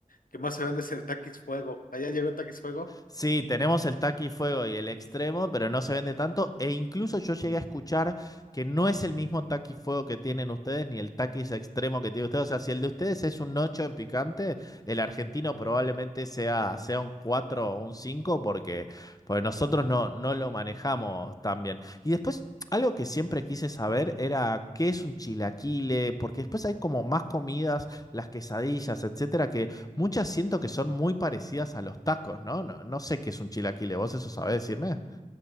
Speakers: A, on the left; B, on the left.
A: que más se vende es el Takis Fuego. ¿Allá llegó el Takis Fuego?
B: Sí, tenemos el taqui fuego y el extremo, pero no se vende tanto. E incluso yo llegué a escuchar que no es el mismo taqui fuego que tienen ustedes, ni el taquis extremo que tiene ustedes. O sea, si el de ustedes es un 8 en picante, el argentino probablemente sea, sea un 4 o un 5 porque, porque nosotros no, no lo manejamos tan bien. Y después. Algo que siempre quise saber era qué es un chilaquile, porque después hay como más comidas, las quesadillas, etcétera, que Muchas siento que son muy parecidas a los tacos, ¿no? No, no sé qué es un chilaquile, ¿vos eso sabés decirme?